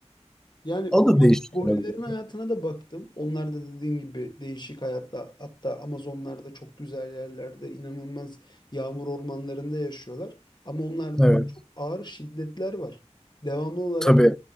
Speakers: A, on the left; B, in the centre.
A: Yani
B: O
A: ama
B: da değişik
A: gorillerin
B: olabilir.
A: hayatına da baktım. Onlar da dediğin gibi değişik hayatta hatta Amazonlarda çok güzel yerlerde inanılmaz yağmur ormanlarında yaşıyorlar. Ama onlarda
B: Evet
A: da çok ağır şiddetler var. Devamlı olarak
B: tabii